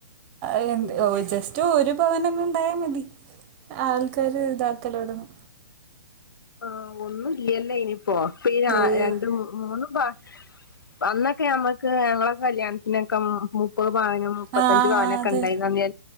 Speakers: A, on the right; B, on the left.
A: എ
B: പിന്നെ
A: ജസ്റ്റ് ഒരു.. ഒരു പവന് ണ് ഉണ്ടായൽ മതി ആൾക്കാര് ഇതാക്കലോടങും.
B: ആ് ഒന്നും ഇല്ലല്ല ആയിന് പ്പോ ഇപ്പ
A: ഏയ്
B: രണ്ടും, മൂന്നും. പ അന്നൊക്കെ ഞമ്മക്ക് ഞങ്ങളെ കല്യാണത്തിനൊക്കെ മുപ്പത് പവനും. മുപ്പത്തഞ്ച്
A: ആഹ്
B: പവനൊക്കെ
A: അതെ
B: ഉണ്ടായിനന്